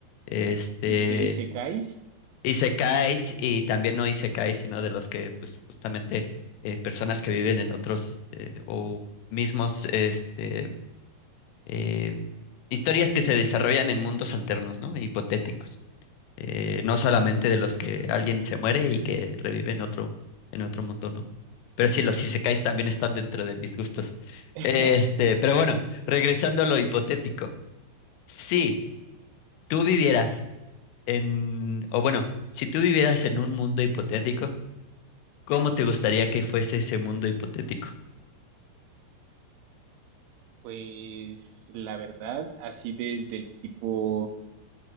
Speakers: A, on the left (about 85°); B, on the right (about 80°).
A: Este,
B: ¿Y, se, y secáis?
A: Isekais y también no isekais, sino de los que pues justamente eh, personas que viven en otros eh, o mismos este eh, historias que se desarrollan en mundos alternos, ¿no? Hipotéticos. Eh, no
B: Ujú,
A: solamente de los que alguien se muere y que revive en otro en otro mundo, ¿no? Pero sí, los
B: Ok.
A: isekais también están dentro de mis gustos.
B: <laughs>
A: Este, pero bueno, regresando a lo hipotético. Si tú vivieras en, o bueno, si tú vivieras en un mundo hipotético ¿Cómo te gustaría que fuese ese mundo hipotético?
B: Pues la verdad, así de, del tipo